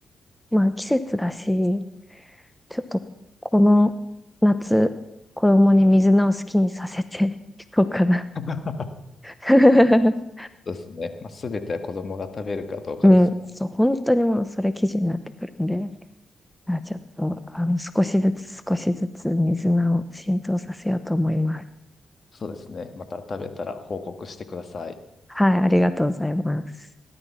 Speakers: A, in the centre; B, on the left.
A: まあ季節だし、ちょっと、この夏、子供に水菜を好きにさせてい <laughs> こうかな。
B: <laughs>
A: <laughs>
B: そうですね。まあ、すべては子供が食べるかどうかですね。
A: うん、そう、本当にもうそれ基準になってくるんで、あちょっと、あの、少しずつ少しずつ水菜を浸透させようと思います。
B: そうですね。また食べたら報告してください。
A: はい、ありがとうございます。